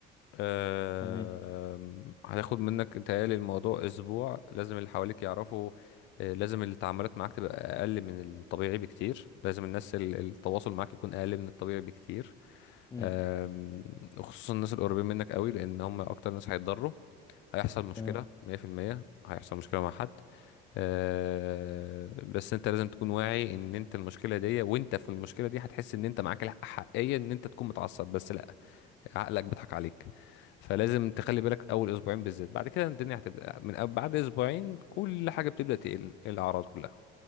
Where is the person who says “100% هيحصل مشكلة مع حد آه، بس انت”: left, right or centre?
Left